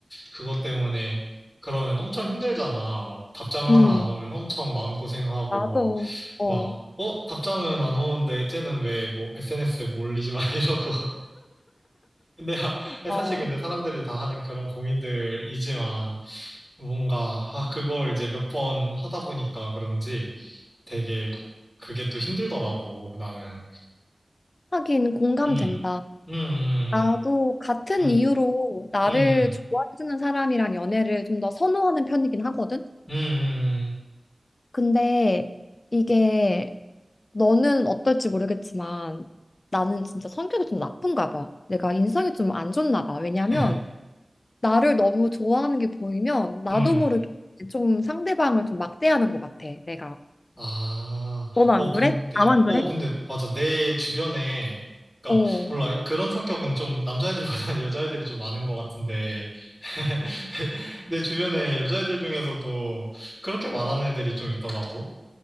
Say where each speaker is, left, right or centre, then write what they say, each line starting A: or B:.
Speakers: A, on the left; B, on the left.
A: 그것 때문에 그러면 엄청 힘들잖아. 막 답장 하나
B: 응.
A: 안 오면 엄청 마음고생하고
B: 맞아. 어,
A: 막, 어, 답장은 안 오는데 쟤는 왜 뭐 SNS에 뭐 올리지 마 <laughs> 이러고. 근데 아,
B: 어.
A: 사실 근데 사람들이 다 하는 그런 고민들이지만 뭔가 아, 그걸 이제 몇 번 하다 보니까 그런지 되게 그게 또 힘들더라고 나는.
B: 하긴 공감된다.
A: 음, 음,
B: 나도 같은
A: 음,
B: 이유로 나를
A: 음, 음,
B: 좋아해주는 사람이랑 연애를 좀 더 선호하는 편이긴 하거든?
A: 음, 음, 음, 음.
B: 근데 이게 너는 어떨지 모르겠지만 나는 진짜 성격이 좀 나쁜가 봐. 내가 인성이 좀 안 좋나 봐. 왜냐면
A: <laughs>
B: 나를 너무 좋아하는 게 보이면 나도
A: 음.
B: 모르게 좀 상대방을 좀 막대하는 것 같아, 내가.
A: 아,
B: 너는
A: 어,
B: 안
A: 근데,
B: 그래? 나만
A: 어,
B: 그래?
A: 근데, 맞아. 내 주변에, 그니까,
B: 어,
A: 몰라. 그런 성격은 좀 남자애들보다 <laughs> 여자애들이 좀 많은 것 같은데, <laughs> 내, 내 주변에 여자애들 중에서도 그렇게 말하는 애들이 좀 있더라고.